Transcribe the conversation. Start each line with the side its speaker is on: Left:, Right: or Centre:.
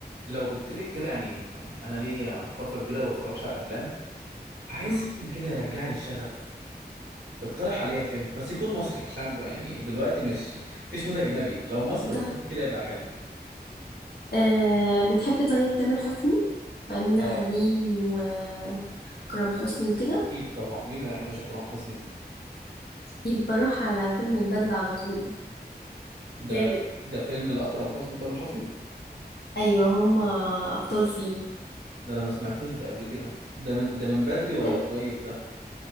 Right: لو قلت لك كده يعني يعني انا ليا فتره كبيره ما بتفرجش على افلام فعايز
Left: مم.
Right: فيلم كده يرجع لي الشغف تقترح عليا فيلم بس يكون مصري عشان ب- يعني دلوقتي مش مفيش مود اجنبي لو مصري
Left: فتح
Right: وكوميدي كده يبقى حلو
Left: أه بتحبي طيب تامر حسني وأمينة
Right: اه
Left: خليل
Right: اكيد طبعا
Left: وكرم حسني وكده
Right: اكيد طبعا مين ما يحبش اكرم حسني
Left: يبقى روح على فيلم البدلة على طول
Right: ده
Left: جامد
Right: ده فيلم لاكرم حسني وتامر حسني
Left: أيوة هما أبطال فيه
Right: ده انا ما سمعتوش ده قبل كده ده من ده من بدري ولا
Left: بجد؟
Right: قريب ده